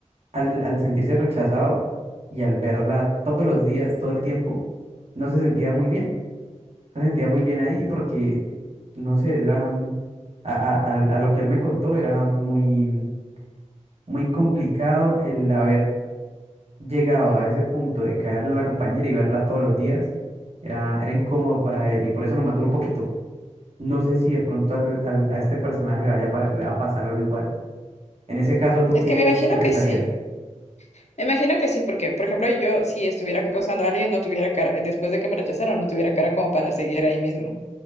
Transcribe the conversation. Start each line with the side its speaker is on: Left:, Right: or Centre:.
Right: al, al sentirse rechazado y al verla todos los días, todo el tiempo, no se sentía muy bien. No se sentía muy bien ahí porque, no sé, era mm, a, a a- a lo que él me contó, era muy muy complicado el haber llegado a ese punto de caerle a la compañera y verla todos los días, era, era incómodo para él y por eso nomás duró poquito. No sé si de pronto al- al- a este personaje le vaya a, par- le va a pasar algo igual. En ese caso, ¿tú
Left: Es
Right: qué,
Left: que me imagino
Right: qué pensarías?
Left: que sí. Me imagino que sí, porque, por ejemplo, yo si estuviera acosando a alguien, no tuviera cara, después de que me rechazaron, no tuviera cara como para seguir ahí mismo.